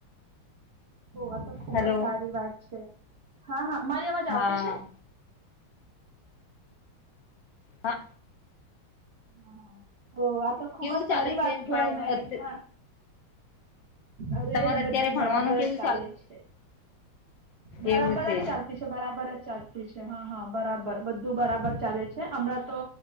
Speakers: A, on the right; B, on the left.
A: ઓહ! આ તો ખુબ
B: હેલો
A: જ સારી વાત છે. હા હા મારી અવાજ
B: હા
A: આવતી છે?
B: હા
A: હા તો આ ખુબ
B: કેવું
A: જ સારી
B: ચાલે
A: વાત
B: છે
A: કેવાય
B: ભણ
A: મેં હા. અરે
B: તમારે અત્યારે
A: બધું
B: ભણવાનું
A: બરાબર
B: કેવું
A: જ ચાલે છે. બરાબર
B: એવું છે
A: જ ચાલ તી છે. બરાબર જ ચાલતી છે. હા હા બરાબર બધું બરાબર ચાલે છે. છે હમણાં તો